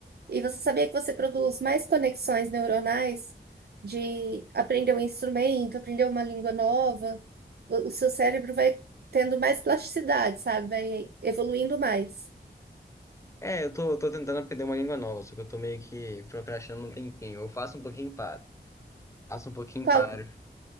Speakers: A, on the right; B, on the left.
A: E você sabia que você produz mais conexões neuronais de aprender um instrumento, aprender uma língua nova? O o seu cérebro vai tendo mais plasticidade, sabe? Vai evoluindo mais.
B: É, eu tô, tô tentando aprender uma língua nova, só que eu tô meio que procrastinando um tempinho. Eu faço um pouquinho e paro. Faço um pouquinho
A: Qual,
B: e paro.
A: que-